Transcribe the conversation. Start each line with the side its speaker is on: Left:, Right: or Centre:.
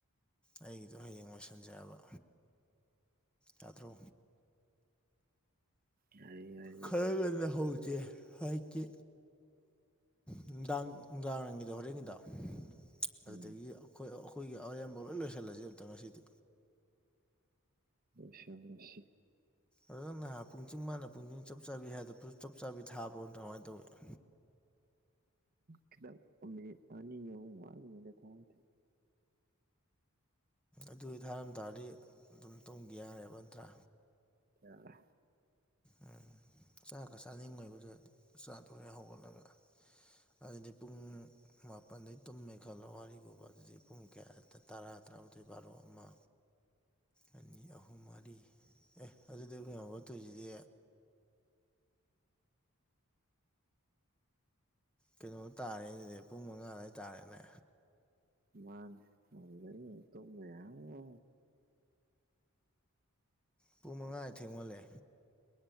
Centre: ꯑꯩꯒꯤꯗꯣ ꯍꯌꯦꯡ ꯂꯣꯏꯁꯤꯟꯖ‌ꯦ ꯍꯥꯏꯕ ꯌꯥꯗ꯭ꯔꯣ
Right: ꯌꯥꯏꯌ‌ꯦ ꯌꯥꯏ
Centre: ꯈꯔ ꯉꯟꯅꯥ ꯍꯧꯖ‌ꯦ ꯍꯥꯏꯀꯦ ꯅꯨꯡꯗꯥꯡ ꯅꯨꯡꯗꯥꯡ ꯋꯥꯏꯔꯝꯒꯤꯗ‌ꯣ ꯍꯣꯔꯦꯟꯒꯤꯗ‌ꯣ ꯑꯗꯒꯤ
Right: ꯎꯝ
Centre: ꯑꯩꯈꯣꯏ ꯑꯩꯈꯣꯏꯒꯤ ꯑꯔꯦꯝꯕꯥ ꯂꯣꯏ ꯂꯣꯏꯁꯤꯜꯂꯖ‌ꯦ ꯑꯝꯇ ꯉꯁꯤꯗꯤ
Right: ꯂ‌ꯣꯏ ꯁꯜꯂꯁꯤ
Centre: ꯑꯗꯨ ꯅꯍꯥꯟ ꯄꯨꯡꯆꯤꯡ ꯃꯥꯥꯟꯅ ꯄꯨꯡꯁꯤꯡ ꯆꯞ ꯆꯥꯕꯤ ꯍꯥꯏꯗ ꯆꯞ ꯆꯥꯕꯤ ꯊꯥꯕ꯭ꯔꯣ‌ ꯅꯠꯇ꯭ꯔꯥ ꯀꯃꯥꯏꯅ ꯇꯧꯏꯤ
Right: ꯈꯤꯇꯪ ꯍꯨꯝꯅꯤ ꯑꯅꯤ ꯑꯍꯨꯝ ꯋꯥꯠꯂꯤ ꯉꯥꯏꯗ ꯊꯥꯕꯅ‌ꯦ
Centre: ꯑꯗꯨꯑ‌ꯣꯏ ꯊꯥꯔꯝ ꯇꯥꯔꯗꯤ ꯑꯗꯨꯝ ꯇꯨꯝꯒꯤ ꯌꯥꯔꯦꯕ ꯅꯠꯇ꯭ꯔꯥ
Right: ꯌꯥꯔ‌ꯦ
Centre: ꯎꯝ ꯆꯥꯛꯀ ꯆꯥꯅꯤꯡꯉꯣꯏꯕꯗꯨꯗꯤ ꯆꯥꯛ ꯊꯑꯦ ꯍꯧꯒꯠꯂꯒ ꯑꯗꯨꯗꯤ ꯄꯨꯡ ꯃꯥꯄꯜꯗꯩ ꯇꯨꯝꯃꯦ ꯈꯜꯂꯣ ꯋꯥꯔꯤꯒꯨꯕ ꯑꯗꯨꯗꯤ ꯄꯨꯡ ꯀꯌꯥ ꯇꯔꯥ ꯇꯔꯥꯃꯥꯊꯣꯏ ꯕꯥꯔꯣ ꯑꯃ ꯑꯅꯤ ꯑꯍꯨꯝ ꯃꯔꯤ ꯑꯦ ꯑꯗꯨꯗꯤ ꯑꯈ‌ꯣꯏ ꯍꯧꯒꯠꯇꯣꯏꯁꯤꯗꯤ ꯀꯩꯅꯣ ꯇꯥꯔꯦ ꯑꯗꯨꯗꯤ ꯄꯨꯡ ꯃꯉꯥ ꯑꯗꯨꯋꯥꯏ ꯇꯥꯔꯦꯅꯦ
Right: ꯃꯥꯟ <unintelligible> ꯇꯨꯝꯕ ꯌꯕꯩ ꯋ
Centre: ꯄꯨꯡ ꯃꯉꯥ ꯊꯦꯡꯃꯜꯂꯦ